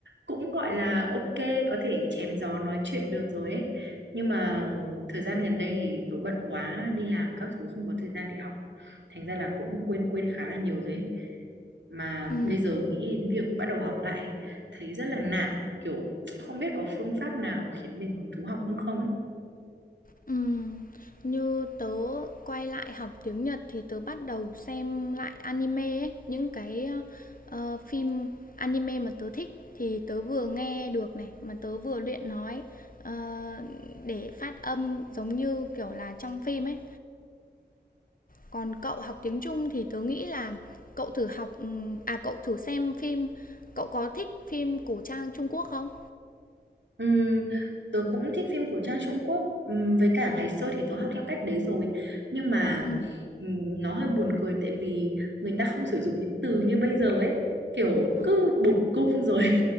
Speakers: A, on the right; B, on the left.
A: cũng gọi là ok có thể chém gió nói chuyện được rồi ấy nhưng mà thời gian gần đây thì tớ bận quá đi làm các thứ không có thời gian để học thành ra là cũng quên quên khá là nhiều rồi ấy. mà
B: ừ
A: bây giờ nghĩ đến việc bắt đầu học lại ấy, thấy rất là nản kiểu không biết có phương pháp nào khiến mình hứng thú học hơn không ấy
B: Ừm, như tớ quay lại học tiếng Nhật thì tớ bắt đầu xem lại anime ấy, những cái, ờ, phim anime mà tớ thích thì tớ vừa nghe được này, mà tớ vừa luyện nói, ờ, để phát âm giống như, kiểu là, trong phim ấy. Còn cậu học tiếng Trung thì tớ nghĩ là cậu thử học, ừm à, cậu thử xem phim cậu có thích phim cổ trang Trung Quốc không?
A: Ừm, tớ cũng thích phim của Trang Trung Quốc Ừm, với cả ngày xưa thì tớ học theo cách đấy rồi nhưng mà
B: ừ
A: ừm, nó hơi buồn cười tại vì người ta không sử dụng những từ như bây giờ ấy kiểu
B: ờ,
A: cứ bổn cung rồi